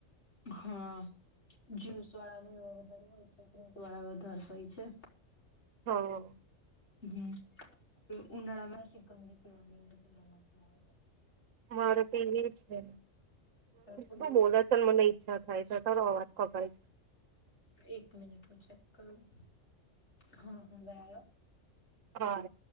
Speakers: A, on the left; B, on the right.
A: હા, જુસ વાળા ન વધારે હોય છે, ફ્રૂટ વાળા વધારે હોય છે
B: હા
A: હમ. તે ઉનાળ માં શકમજી પીવાની હોય તો ર મજા આવે
B: મારો પીવી છે.
A: પેલું
B: બુ બોલે છે, મને ઈચ્છા થાય છે. અતારો અવાજ કપાય છે.
A: એક મિનિટ હું ચેક કરું હા હવે આવ્યો?
B: હા.